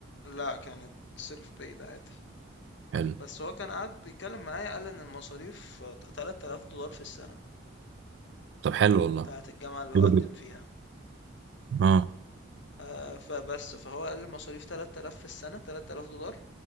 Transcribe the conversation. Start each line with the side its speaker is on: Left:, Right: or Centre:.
Left: لا كانت سيلف بايد عادي
Right: حلو
Left: بس هو كان قاعد بيتكلم معايا قال ان المصاريف 3000 دولار في السنة
Right: طب حلو والله
Left: بتاعة الجامعة اللي
Right: حلو
Left: هو قدم
Right: جدا
Left: فيها
Right: اه
Left: آه، فبس فهو قال المصاريف 3000 في السنة 3000 دولار